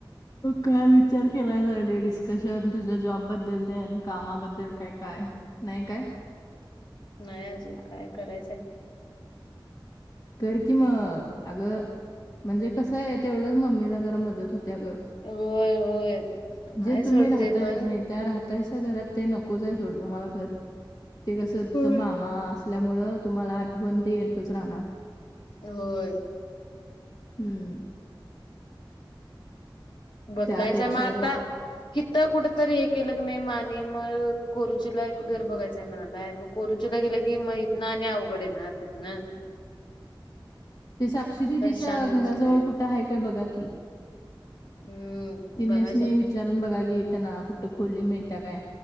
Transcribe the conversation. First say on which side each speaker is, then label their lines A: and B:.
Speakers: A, on the left (about 45°); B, on the left (about 70°).
A: ग काय विचार केला जाईल डिस्कशन तुझ्या जॉबबद्दल ते कामाबद्दल काय काय? नाही काय?
B: नाही अजून काय करायचंय?
A: कर की मग अगं म्हणजे कसं आहे तेवढं मम्मीला जरा मदत होते अ गं.
B: होय होय हाय
A: जे
B: सोड
A: तुम्ही राहताय
B: ते पण
A: आणि त्या राहता. त्यास घरात ते नकोच आहे सोडतुमला घर ते कसं तिथं
B: होय
A: मामा असल्यामुळे तुम्हाला आठवणंत येतच राहणार.
B: होय.
A: हम्म.
B: बदलायचां
A: त्यापेक्षा
B: मग आता
A: गप
B: किथ कुठ तरी हे केलं क नाही मा आणि मग कोरुचीला घर बघायचंय म्हणालाय मग करूच गेलं की माहित ना आणि अवघड ना तिथन
A: ते साक्षी दिदीच्या
B: शांत
A: घराजवळ
B: बसलोय
A: कुठं आहे काय बघा की
B: हम्म.
A: तिने
B: बघायचंय
A: स्नेह विचारून बघा घेताना कुठं खोली मिळता काय?